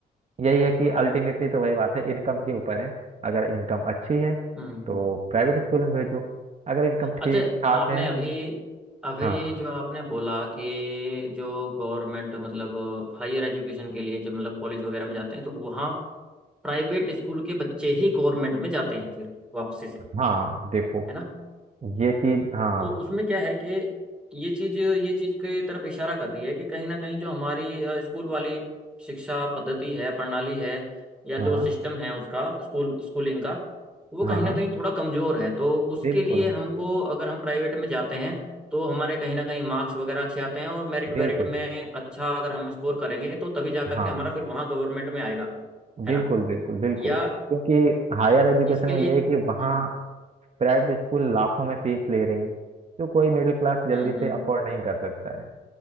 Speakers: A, on the right; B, in the centre.
A: यही है कि अल्टीमेटली तो वही बात है इनकम के ऊपर है अगर इनकम अच्छी है
B: हम्म,
A: तो प्राइवेट स्कूल में भेजो अगर इनकम
B: अच्छा
A: ठीक ठाक
B: आपने
A: है
B: अभी अभी
A: हाँ
B: जो आपने बोला कि जो गवर्नमेंट मतलब हायर एजुकेशन के लिए जब मतलब कॉलेज वगैरह में जाते हैं तो वहाँ प्राइवेट स्कूल के बच्चे ही गवर्नमेंट में जाते हैं फिर वापसी से
A: हाँ देखो
B: है ना
A: ये चीज हाँ
B: तो उसमें क्या है कि ये चीज ये चीज के तरफ इशारा कर रही है कि कहीं ना कहीं जो हमारी अ, स्कूल वाली शिक्षा पद्धति है प्रणाली है या
A: हाँ
B: जो सिस्टम है उसका स्कूल स्कूलिंग का वो
A: हाँ
B: कहीं ना कहीं थोड़ा कमजोर है तो उसके
A: बिल्कुल
B: लिए हमको अगर हम प्राइवेट में जाते हैं तो हमारे कहीं ना कहीं मार्क्स वगैरह अच्छे आते हैं और मेरिट वेरिट
A: बिल्कुल
B: में अच्छा अगर हम स्कोर करेंगे तो तभी जा करके
A: हाँ
B: हमारा फिर वहाँ गवर्नमेंट में आएगा
A: बिल्कुल
B: है ना
A: बिल्कुल बिल्कुल
B: या
A: क्योंकि हायर एजुकेशन
B: इसके
A: में
B: लिए
A: ये
B: तो
A: है कि वहाँ
B: हम्म
A: प्राइवेट स्कूल लाखों में फीस ले रहे हैं जो कोई मिडिल क्लास जल्दी
B: हम्म
A: से
B: हम्म
A: अफोर्ड नहीं कर सकता है